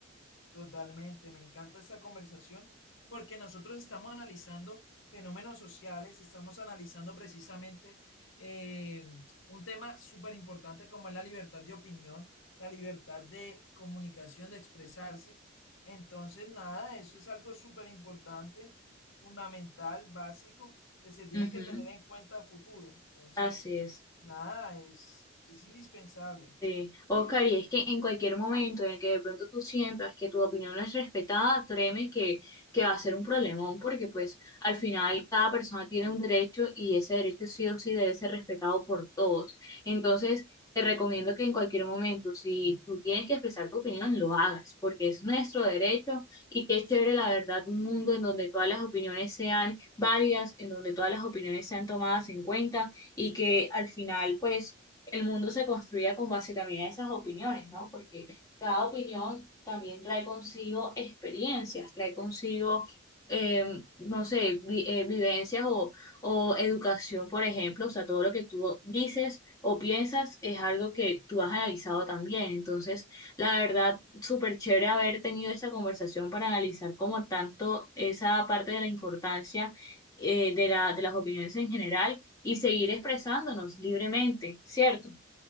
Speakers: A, on the left; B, on the left.
A: Totalmente, me encanta esa conversación porque nosotros estamos analizando fenómenos sociales, estamos analizando precisamente eh, un tema súper importante como es la libertad de opinión, la libertad de comunicación, de expresarse. Entonces, nada, eso es algo súper importante, fundamental, básico, que se tiene
B: Ujú.
A: que tener en cuenta a futuro. Entonces,
B: Así es.
A: nada, es, es indispensable.
B: Sí, Oscar, y es que en cualquier momento en el que de pronto tú sientas que tu opinión no es respetada, créeme que, que va a ser un problemón, porque pues al final cada persona tiene un derecho y ese derecho sí o sí debe ser respetado por todos. Entonces, te recomiendo que en cualquier momento, si tú tienes que expresar tu opinión, lo hagas, porque es nuestro derecho y qué chévere, la verdad, un mundo en donde todas las opiniones sean válidas, en donde todas las opiniones sean tomadas en cuenta y que al final, pues el mundo se construya con base también a esas opiniones, ¿no? Porque cada opinión también trae consigo experiencias, trae consigo, eh, no sé, vi- eh, vivencias o, o educación, por ejemplo, o sea, todo lo que tú dices o piensas es algo que tú has analizado también. Entonces, la verdad, súper chévere haber tenido esta conversación para analizar como tanto esa parte de la importancia eh, de la, de las opiniones en general y seguir expresándonos libremente, ¿cierto?